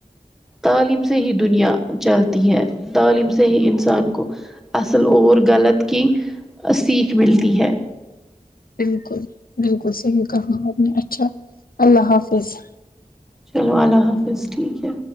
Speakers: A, in the centre; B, on the left.
A: تعلیم سے ہی دنیا چلتی ہے تعلیم سے ہی انسان کو اصل اور غلط کی سیکھ ملتی ہے
B: بالکل بالکل صحیح کہا آپ نے اچھا اللہ حافظ
A: چلو اللہ حافظ ٹھیک ہے